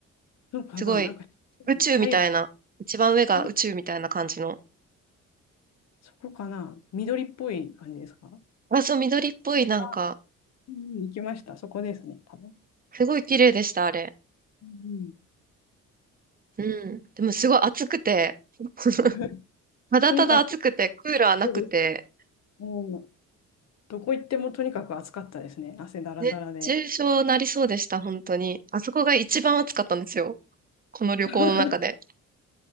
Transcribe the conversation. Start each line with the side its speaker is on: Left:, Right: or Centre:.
Left: そうかな、
Right: すごい、
Left: なんか、
Right: 宇宙みたいな、
Left: 入る。
Right: 一番上が宇宙みたいな感じの。
Left: あ、そこかな、緑っぽい感じですか
Right: あ、そう、緑っぽい、なんか、
Left: あ、うん、行きました。そこですね、多分。
Right: すごい綺麗でした、あれ。
Left: うん
Right: うん。でもすごい暑くて、<laughs>
Left: <laughs>
Right: ただただ暑くて、
Left: とにかく、
Right: クーラーなくて、
Left: そうです。うん、どこ行ってもとにかく暑かったですね。汗だらだらで。
Right: 熱中症なりそうでした、本当に。あそこが一番暑かったんですよ。この旅行の中で。
Left: <laughs>